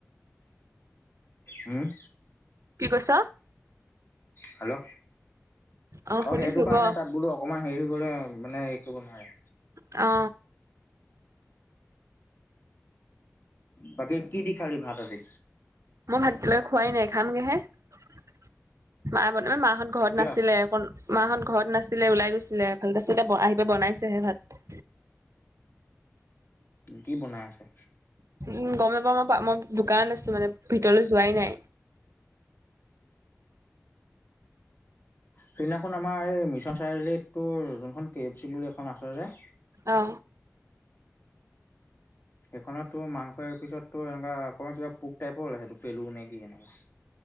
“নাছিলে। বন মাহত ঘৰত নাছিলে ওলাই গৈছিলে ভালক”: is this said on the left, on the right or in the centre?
Right